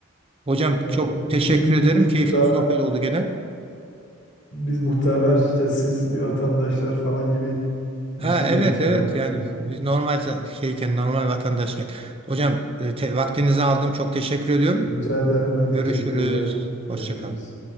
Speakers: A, on the right; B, on the left.
A: Hocam
B: Evet,
A: çok
B: biz
A: teşekkür ederim.
B: biz muhtarlar
A: Keyifli bir sohbet oldu gene.
B: biz muhtarlar işte siz vatandaşlar falan gibi
A: Ha
B: bir şey
A: evet
B: demiş herhalde
A: evet yani
B: onlar.
A: biz normal za- şeyken normal vatandaşken. Hocam e, te- vaktinizi aldım. Çok teşekkür
B: <laughs>
A: ediyorum.
B: Rica ederim ben
A: Görüşürüz.
B: teşekkür ederim.
A: Hoşça
B: Görüşürüz.
A: kalın.